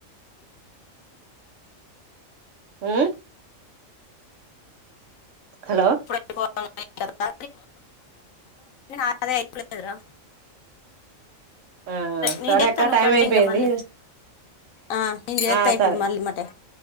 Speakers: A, on the right; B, on the left.
A: ఉమ్ హలో
B: ఇప్పు డ్ ఐ పో లె ఎ కతా నా అదే అయిపోలేదురా
A: ఆ
B: నేను
A: సరే
B: చేత్తా
A: అక్క
B: నువ్వు
A: టైం
B: కట్
A: అయిపోయింది
B: చెయ్ ఇంగ మళ్ళీ ఆ నేను చేస్తా
A: ఆ
B: ఇప్పుడు
A: సరే
B: మళ్ళీ మటే